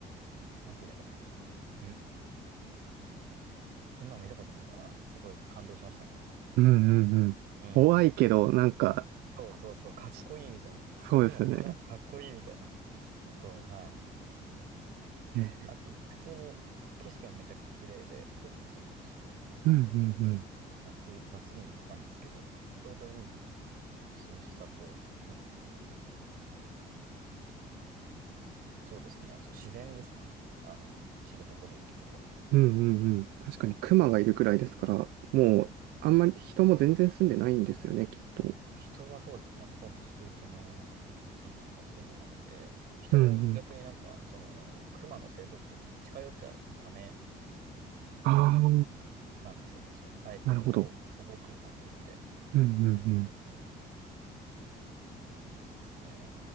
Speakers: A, on the right; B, on the right.
A: なんて言えばいいんだろう。ゆそんなの見たことないから、すごい感動しましたね。
B: うんうんうん怖いけど、
A: うん。
B: なんか、
A: そうそうそう、かっこいいみたいな。
B: しそうですよね。
A: 熊でかっ、んかっこいいみたいなのと、はい。
B: ええ
A: あと、普通に景色もめちゃくちゃ綺麗で、空気も澄んでるし、
B: うんうんうん
A: 夏、夏に行ったんですけど、ちょうどいい涼しさと、うん、そうですね、そう、自然ですね。あの、知床のいいところは。
B: うんうんうん。確かに熊がいるくらいですから、
A: うん。
B: もう、あんまり人も全然住んでないんですよね、きっと。
A: 人はそうですね、ほとんどす、その、地域とかは住んでなくて、人も逆になんか、
B: うんうん。
A: その、熊の生息地に近寄っちゃダメ
B: ああ、
A: なんですよね。そう。あえて保護、
B: なるほど。
A: 保護区になっていて。
B: うんうんうん。
A: うんですね。